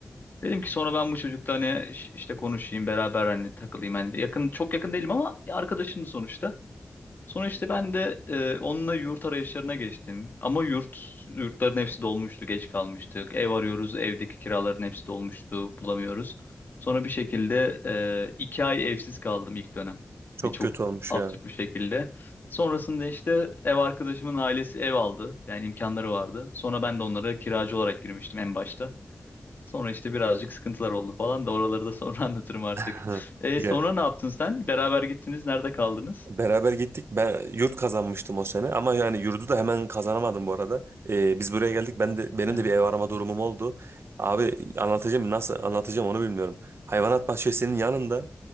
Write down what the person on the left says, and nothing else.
Dedim ki sonra ben bu çocukla hani iş- işte konuşayım beraber hani takılayım. Hani yakın çok yakın değilim ama arkadaşım sonuçta. Sonra işte ben de e, onunla yurt arayışlarına geçtim. Ama yurt yurtların hepsi dolmuştu, geç kalmıştık. Ev arıyoruz, evdeki kiraların hepsi dolmuştu, bulamıyoruz. Sonra bir şekilde e, iki ay evsiz kaldım ilk dönem.
Yani çok
absürt
bir şekilde. Sonrasında işte ev arkadaşımın ailesi ev aldı. Yani imkanları vardı. Sonra ben de onlara kiracı olarak girmiştim en başta. Sonra işte birazcık sıkıntılar oldu falan da oraları da sonra <laughs> anlatırım artık.
E,
sonra ne yaptın sen? Beraber gittiniz. Nerede kaldınız?
Evet.